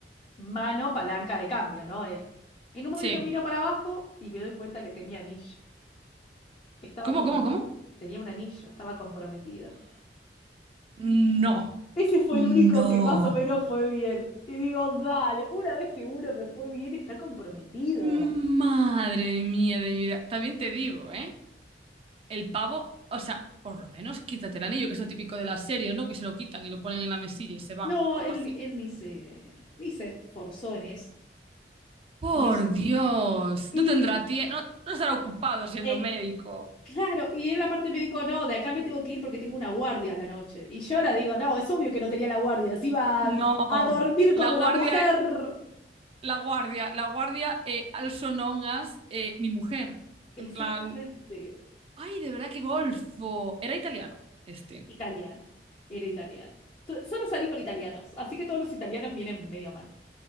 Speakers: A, on the left; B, on the right.
A: mano, palanca de cambio, ¿no? Él. En un momento
B: Sí.
A: miro para abajo y me doy cuenta que tenía anillo. Estaba
B: ¿Cómo,
A: con...
B: cómo, cómo?
A: Tenía un anillo, estaba comprometido.
B: No.
A: Ese fue
B: No.
A: el único que más o menos fue bien. Y digo, dale, una vez que uno me fue bien, está comprometido.
B: Madre mía de mi vida. También te digo, ¿eh? El pavo, o sea, por lo menos quítate el anillo, que es lo típico de las series, ¿no? Que se lo quitan y lo ponen en la mesilla y se van,
A: No,
B: o algo
A: él,
B: así.
A: ni- él ni se, ni se esforzó en eso.
B: Por
A: Ni s-
B: Dios,
A: Y
B: no tendrá tiempo, no, no estará ocupado siendo
A: eh,
B: médico.
A: Claro, y él aparte me dijo, no, de acá me tengo que ir porque tengo una guardia a la noche. Y yo ahora digo, no, es obvio que no tenía la guardia, se iba a,
B: No,
A: a dormir
B: la
A: con
B: guardia,
A: la mujer.
B: la guardia, la guardia, eh, also known as eh, mi mujer.
A: Exactamente.
B: En plan, Ay, de verdad que golfo. Era italiano, este.
A: Italiano, era italiano. To- Solo salí con italianos, así que todos los italianos vienen medio mal.